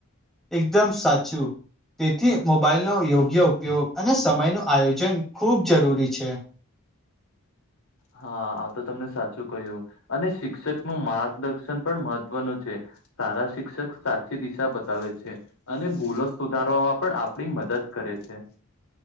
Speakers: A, in the centre; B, on the left.
A: એકદમ સાચું તેથી મોબાઈલનો યોગ્ય ઉપયોગ અને સમય નો આયોજન ખૂબ જરૂરી છે.
B: હા આ તો તમને સાચું કહ્યું અને શિક્ષકનું માર્ગદર્શન પણ મહત્વનું છે. સારા શિક્ષક સાચી દિશા બતાવે છે. અને ભૂલો સુધારવામાં પણ આપણી મદદ કરે છે.